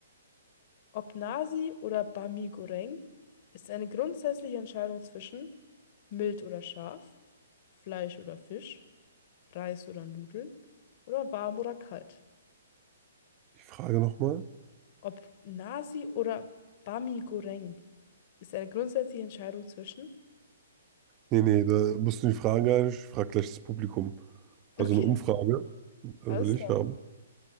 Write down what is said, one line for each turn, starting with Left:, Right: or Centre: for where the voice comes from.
Left: Ob Nasi oder Bami Goreng ist eine grundsätzliche Entscheidung zwischen mild oder scharf, Fleisch oder Fisch, Reis oder Nudeln oder warm oder kalt.
Right: Die Frage nochmal?
Left: Ob Nasi oder Bami Goreng ist eine grundsätzliche Entscheidung zwischen.
Right: Nee, nee, da musst du die Fragen gar nicht. Ich frage gleich das Publikum. Also
Left: Okay,
Right: eine Umfrage äh, will
Left: alles
Right: ich
Left: klar.
Right: haben.